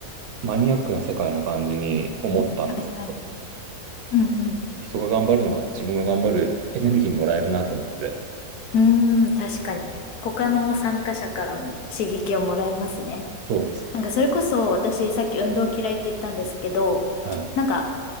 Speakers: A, on the right; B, on the left.
A: マニアックな世界な感じに思ったんです。
B: はいはい。うんうん。
A: 人が頑張るのは自分が頑張るエネルギーもらえるなと思って。
B: うーん、確かに。他の参加者からも刺激をもらえますね。
A: そうです。
B: なんかそれこそ私さっき運動嫌いって言ったんですけど、
A: はい。
B: なんか、